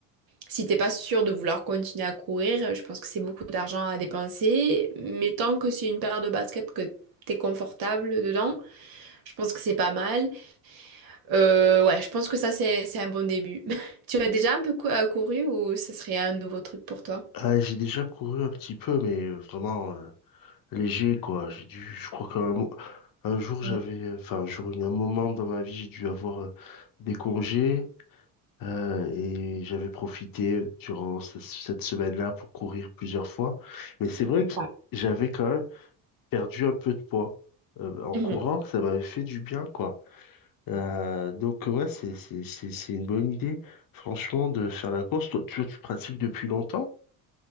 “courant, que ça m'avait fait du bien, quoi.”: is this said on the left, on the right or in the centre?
Left